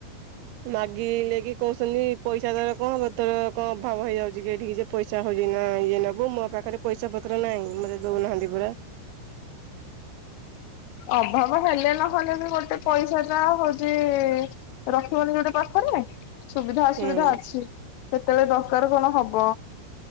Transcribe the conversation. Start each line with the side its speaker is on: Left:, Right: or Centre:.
Right: ମାଗିଲେକି କହୁଛନ୍ତି ପଇସା ତାର କଣ ପତର କଣ ଅଭାବ ହେଇଯାଉଛି କିଠିକି ଯେ ପଇସା ହଉଛି ନା ଇଏ ନବୁ ମୋ ପାଖରେ ପଇସା ପତ୍ର ନାହିଁ ମତେ ଦଉନାହାନ୍ତି। ପୁରା
Left: ଅଭାବ ହେଲେ ନହେଲେ ବି ଗୋଟେ ପଇସା ଟା ହଉଛି ରଖିବନି ଗୋଟେ ପାଖରେ। ସୁବିଧା ଅସୁବିଧା
Right: ହୁଁ
Left: ଅଛି। କେତେବେଳେ ଦରକାର କଣ ହବ?